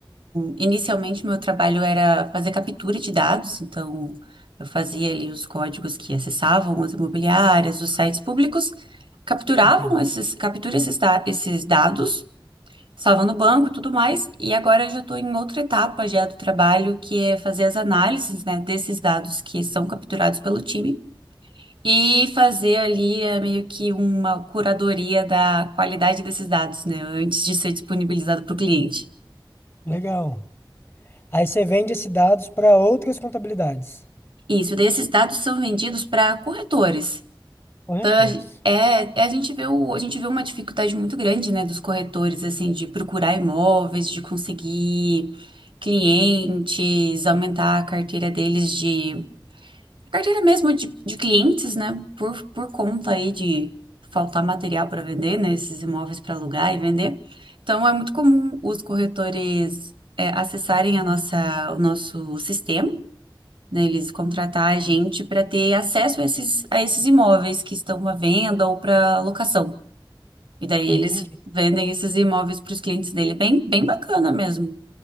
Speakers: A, on the right (about 75°); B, on the left (about 25°).
A: inicialmente meu trabalho era fazer captura de dados. Então, eu fazia ali os códigos que acessavam as imobiliárias, os sites públicos, capturavam
B: Entendi.
A: esses, captura esses, da- esses dados, salvam no banco e tudo mais. E agora eu já estou em outra etapa já do trabalho, que é fazer as análises, né, desses dados que são capturados pelo time e fazer ali eh, meio que uma curadoria da qualidade desses dados, né, antes de ser disponibilizado para o cliente.
B: Legal. Aí você vende esses dados para outras contabilidades,
A: Isso, daí esses dados são vendidos para corretores.
B: corretores.
A: Então, a gen- é, é a gente vê o, a gente vê uma dificuldade muito grande, né, dos corretores, assim, de procurar imóveis, de conseguir clientes, aumentar a carteira deles de A carteira mesmo de, de clientes, né? Por, por conta aí de faltar material para vender, né? Esses imóveis para alugar e vender. Então, é muito comum os corretores é, acessarem a nossa, o nosso sistema, né? Eles contratar a gente para ter acesso a esses, a esses imóveis que estão à venda ou para locação. E daí eles
B: Entendi.
A: vendem esses imóveis para os clientes dele. Bem, bem bacana mesmo.